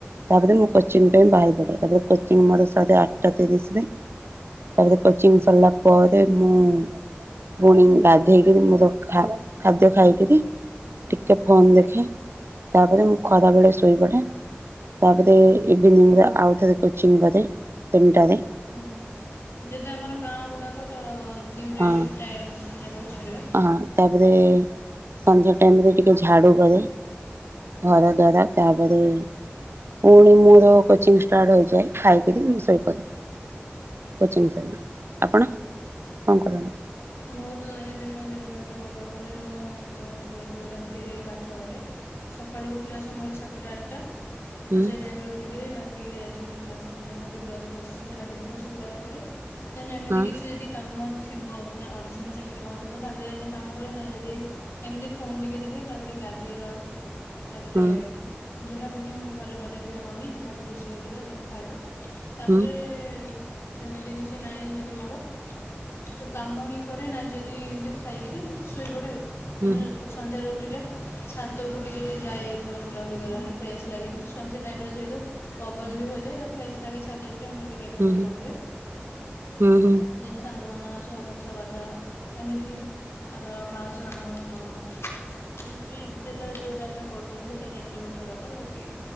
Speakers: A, on the right; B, on the left.
A: ତାପରେ ମୁଁ କୋଚିଂ ପାଇଁ ବାହାରି ପଡ଼େ ତାପରେ କୋଚିଂ ମୋର ସାଢ଼େ ଆଠଟା ତିରିଶି ରେ। ତାପରେ କୋଚିଂ ସରିଲା ପରେ ମୁଁ ପୁଣି ଗାଧେଇକିରି ମୁଁ ତ ଖାଦ୍ୟ ଖାଇକିରି ଟିକେ ଫୋନ୍ ଦେଖେ, ତାପରେ ମୁଁ ଖରାବେଳେ ଶୋଇପଡ଼େ। ତାପରେ ଏବେ ମୁଁ ଆଉଥରେ କୋଚିଂ କରେ ତିନିଟାରେ।
B: ହୁଁ ଯେହେତୁ ଆମର ଗାଁ ଗୁଡାକ ତ ଦିଟାଇମ
A: ହଁ
B: ମାନେ କୋଚିଂରେ
A: ହଁ ତାପରେ ସନ୍ଧ୍ୟା ଟାଇମରେ ଟିକେ ଝାଡ଼ୁ କରେ। ଘର ଦ୍ୱାର ତାପରେ ପୁଣି ମୋର କୋଚିଂ ଷ୍ଟାର୍ଟ ହୋଇଯାଏ ଖାଇକିରି ମୁଁ ଶୋଇପଡେ। କୋଚିଂ ସାର, ଆପଣ କଣ କରନ୍ତି?
B: ମୋର ତ ଦୈନନ୍ଦିନ ଜୀବନ ଉପରେ କହିବାକୁ ଗଲେ- ମୁଁ ତ ଯେହେତୁ ରାତିରେ ପାଠ ପଢ଼େ। ସକାଳୁ ଉଠିଲା ସମୟର ସାତଟା ଆଠଟା, ତ
A: ହୁଁ
B: ସେଇ ଟାଇମ ରେ ଉଠିକିରି କି ଲାଟ୍ରିନ୍ ବାଥରୁମ୍ ଯାହା ବି ବର୍ଷ ଫର୍ସ ଯାହାବି ଥିବ ସେଗୁଡାକ କରେ, ଦେନ ଏମିତି
A: ହଁ
B: କିଛି ଯଦି କାମ ଥିବ, ମାନେ ଅର୍ଜଣ୍ଟ ସେମିତି କଣ ଥିବ ତାହେଲେ କାମ କରେ, ନାହିଁ ଯଦି ଏମିତି ଫୋନ ଟିକେ ଦେଖେ, ତାପରେ ଗାଧେଇବା। ତାପରେ
A: ହୁଁ
B: ଯାହାବି ଘରେ ବନେଇଥିବ ମମି, ଯାହାବି ରୋଷେଇ ହୋଇଥିବ, ଦେନ ଖାଇବା। ତାପରେ
A: ହୁଁ
B: ସେମିତି କିଛି ନାହିଁ ଯେହେତୁ ମୋର, ତୁ କାମ ହିଁ କରେ, ନାହିଁ ଯଦି ଏମିତି ଖାଇକିରି ଶୋଇପଡ଼େ ତେଣୁଧ
A: ହୁଁ
B: ସନ୍ଧ୍ୟାରେ ଉଠିଲେ, ଛାତକୁ ଟିକି ଯାଏ ମାନ ବୁଲାବୁଲି କରେ, ମାନେ ଫ୍ରେଶ୍ ଲାଗେ ସନ୍ଧ୍ୟା ଟାଇମ୍ ଯେହେତୁ। ପବନ ବି ହଉଥାଏ, ଫ୍ରେଶ ଲାଗେ ଛାତ ଉପରେ, ମୁଁ ଟିକେ ଏପଟ
A: ହୁଁ
B: ସେପଟ
A: ହୁଁ
B: ହୁଏ।
A: ହୁଁ ହୁଁ
B: ଦେନ୍ ସାଙ୍ଗମାନଙ୍କ ସହ କଥା କଥାବାର୍ତ୍ତା ଏମିତି ଆମର ମାଉସୀମାନଙ୍କ ସହ ଯେତେବେଳେ ଯେଉଁ ଟାଇମରେ କଲ୍ କରନ୍ତି ସେ ଟାଇମ ରେ କଥାବାର୍ତ୍ତା, ବାକି